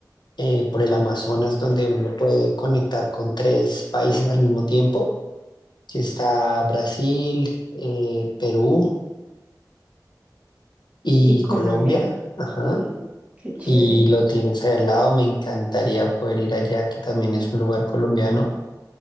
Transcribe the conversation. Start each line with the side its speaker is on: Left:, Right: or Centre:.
Left: eh, por el Amazonas, donde uno puede conectar con tres países al mismo tiempo, que está Brasil, eh, Perú y
Right: y Colombia?
Left: Colombia, ajá,
Right: Sí, qué chévere.
Left: y lo tienes ahí al lado, me encantaría poder ir allá, que también es un lugar colombiano,